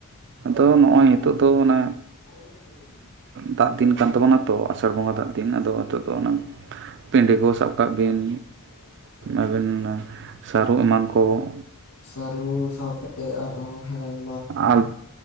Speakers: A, on the right (about 55°); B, on the left (about 80°).
A: ᱟᱫᱚ ᱱᱚᱜᱼᱚᱭ ᱱᱤᱛᱚᱜ ᱫᱚ ᱚᱱᱟ
B: <inaudible>
A: ᱫᱟᱜ ᱫᱤᱱ ᱠᱟᱱ ᱛᱟᱵᱚᱱᱟ ᱛᱚ ᱟᱥᱟᱲ ᱵᱚᱸᱜᱟ ᱫᱟᱜ ᱫᱤᱱ ᱟᱫᱚ ᱦᱤᱛᱚᱜ ᱫᱚ ᱚᱱᱟ ᱯᱤᱸᱰᱮ ᱠᱚ ᱥᱟᱵ ᱠᱟᱜ ᱵᱤᱱ ᱟᱹᱵᱤᱱ ᱚᱱᱟ ᱥᱟᱹᱨᱩ ᱮᱢᱟᱱ ᱠᱚ,
B: ᱥᱟᱹᱨᱩ ᱥᱟᱶᱛᱮ ᱟᱨᱦᱚᱸ ᱦᱮᱸ
A: ᱟᱨ